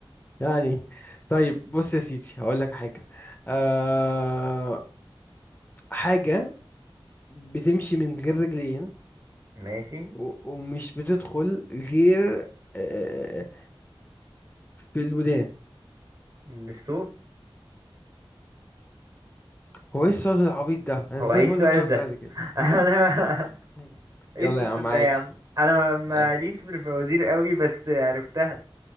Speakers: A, on the left; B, on the right.
A: يعني طيب بص يا سيدي هقول لك حاجة أه حاجة بتمشي من غير رجلين
B: ماشي
A: و- ومش بتدخل غير أه في الودان
B: الصوت
A: هو ايه السؤال العبيط ده انا ازاي
B: هو ايه
A: بقول
B: السؤال
A: لك سؤال
B: ده
A: سهل كده
B: <laughs> انا
A: مم.
B: ايه
A: يلا
B: السؤال
A: يا عم عادي
B: ده يا عم انا ماليش
A: عادي
B: في الفوازير قوي بس عرفتها